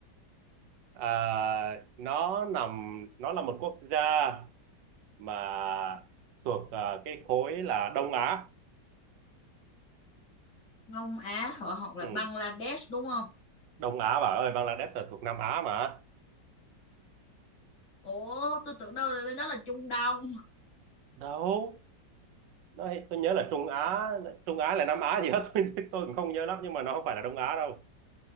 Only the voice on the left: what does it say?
Đông Á hả hoặc là
Bangladesh đúng không
ủa tôi tưởng đâu là bên đó là Trung Đông